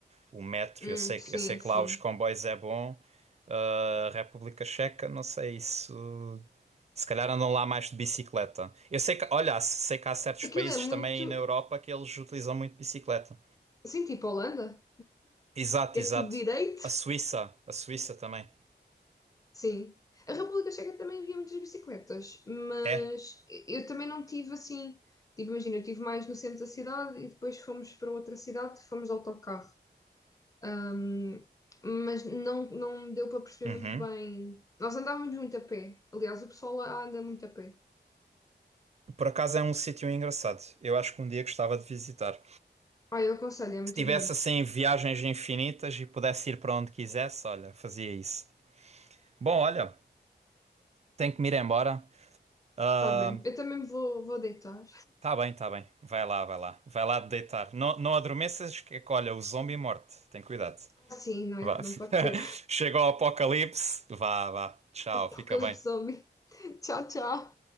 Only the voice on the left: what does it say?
Hum,
sim,
sim.
Aquilo
é muito.
Sim, tipo Holanda,
que
é tudo direito.
Sim. A República Checa também havia muitas bicicletas, mas
eu também não tive assim. Tipo, imagina, eu estive mais no centro da cidade e depois fomos para outra cidade, fomos de autocarro. Ahm, mas não, não deu para perceber
muito bem. Nós andávamos muito a pé. Aliás, o pessoal lá anda muito a pé.
Ah, eu aconselho, é muito
bonito.
Tá bem. Eu também me vou, vou deitar.
Ah, sim, não
é? Não pode ser.
<laughs>
Apocalipse
Zombie. <laughs> Tchau, tchau.